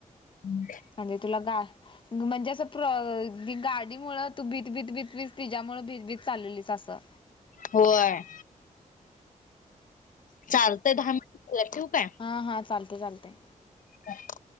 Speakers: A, on the left; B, on the left.
A: हं.
B: म्हणजे तुला गा म्हणजे असं प्र दी गाडी मुळं तू भीत भीत भीत भीत तिज्यामुळं भीत भीत चाललेलीस असं.
A: होय. चालतय दहा मिनिट ठेवु काय.
B: हं हं. चालतेय चालतेय.
A: <inaudible>